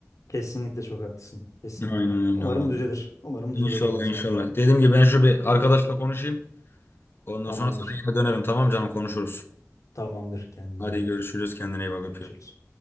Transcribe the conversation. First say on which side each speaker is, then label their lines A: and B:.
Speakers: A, on the left; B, on the left.
A: Kesinlikle çok haklısın. Kesinlikle.
B: Aynen öyle
A: Umarım
B: abi.
A: düzelir. Umarım
B: İnşallah
A: düzelir bundan sonra.
B: inşallah. Dediğim gibi ben şu bir arkadaşla konuşayım. Ondan
A: Tamamdır.
B: sonra sana yine dönerim tamam canım konuşuruz.
A: Tamamdır. Kendine
B: Hadi
A: iyi bak.
B: görüşürüz kendine iyi bak
A: Görüşürüz.
B: öpüyorum.